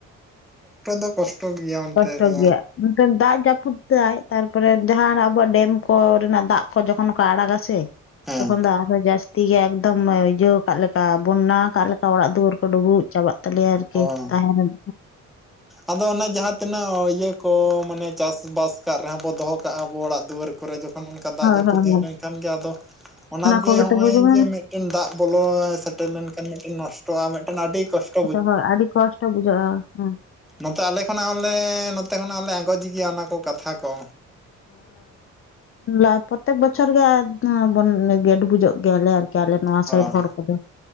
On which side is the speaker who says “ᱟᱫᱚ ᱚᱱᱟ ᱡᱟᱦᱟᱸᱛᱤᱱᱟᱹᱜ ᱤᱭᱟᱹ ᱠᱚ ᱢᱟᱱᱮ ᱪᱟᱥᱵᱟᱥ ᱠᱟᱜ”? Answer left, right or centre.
Centre